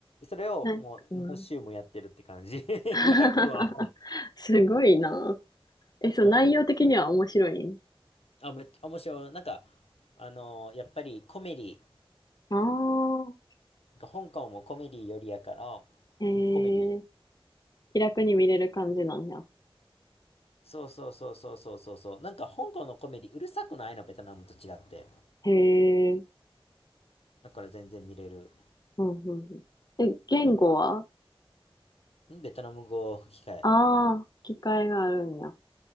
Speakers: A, on the left (about 80°); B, on the left (about 40°).
A: それをもう何週もやってるって感じ。
B: なんか、うん。
A: <laughs>
B: <laughs>
A: 500は。
B: すごいな。え、そう、
A: うん。
B: 内容的には面白いん
A: あ、めっちゃ面白い。なんか、あのーやっぱりコメディ、
B: ああ
A: なんか香港もコメディよりやから、
B: ー、えー
A: コメディ。
B: 気楽に見れる感じなんや。
A: そうそうそうそうそうそうそう。なんか香港のコメディうるさくないの、ベトナムと違って。
B: へえ。
A: だから全然見れる。
B: うんうんうん。え、言語は
A: んベトナム語吹き替え。
B: ああー、機会があるんや。